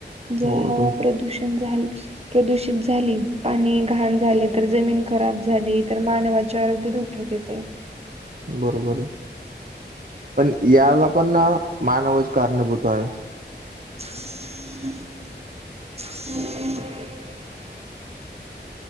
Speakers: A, on the right (about 35°); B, on the right (about 50°).
A: जर
B: हो
A: हवा
B: तुम
A: प्रदूषण झाली प्रदूषित झाली, पाणी घाण झाले तर, जमीन खराब झाली तर, मानवाचे आरोग्य धोक्या येतंय.
B: बरोबरय. पण याला पण ना, मानवच कारणीभूताय.
A: <inaudible>